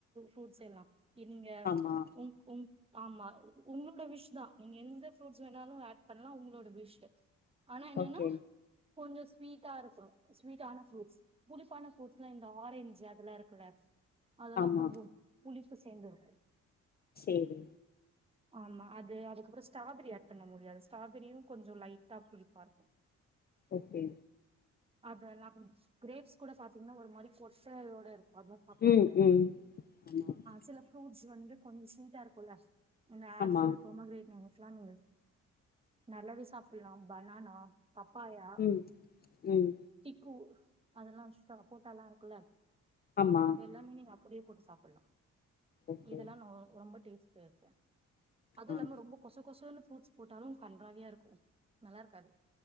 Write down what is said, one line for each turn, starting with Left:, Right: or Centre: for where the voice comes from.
Right: ரூட்ஸ் எல்லாம் நீங்க <unintelligible>
Left: ஆமா
Right: உம் உம் ஆமா உங்களோட விஷ் தான் நீங்க எந்த ஃப்ரூட்ஸ் வேணாலும் ஆட் பண்ணலாம் உங்களோட விஷ் ஆனா என்னன்னா
Left: ஓகே
Right: கொஞ்சம் ஸ்வீட்டா இருக்கனும் ஸ்வீட்டா ஆன ப்ரூட்ஸ் புளிப்பான ப்ரூட்ஸ் எல்லாம் இந்த ஆரேஞ்சு அதெல்லாம் இருக்குல அதெல்லாம்
Left: ஆமா
Right: கொஞ்சம் புளிப்பு சேந்தது
Left: சரி
Right: ஆமா அ அதுக்கப்பறம் ஸ்ட்ராபெரி ஆட் பண்ண முடியாது ஸ்ராபெரியும் கொஞ்சம் லைட் லைட்டா புளிப்பா இருக்கும்
Left: ஓகே
Right: அத கிரேப்ஸ் கூட பாத்தீங்கன்னா ஒரு மாதிரி கொட்டையோட சாப்பிட
Left: ம்
Right: முடியாது
Left: ம் ஆமா
Right: சில ப்ருட்ஸ் வந்து கொ விஷய தார் இருக்கல்லா <unintelligible> இந்த ஆப்சீல்
Left: ஆமா
Right: போமகிரடிங் வாங்கு நல்லாவ சாப்பிடலாம் பனானா அப்பாயா
Left: ம் ம்
Right: திக்கு அதெல்லாம் போட்டெல்லாம் இருக்குல்ல
Left: ஆமா
Right: அதெல்லாமே நீங்க அப்படியே போட்டு சாப்பிடலாம்
Left: ஓகே
Right: இதெல்லாம் ரொம்ப டேஸ்ட் சரி அது இல்லாம
Left: ஆ
Right: ரொம்ப கொச கொசன்னு புரூட்ஸ் போட்டாலும் கண்றாவையா இருக்கும் நல்லா இருக்காது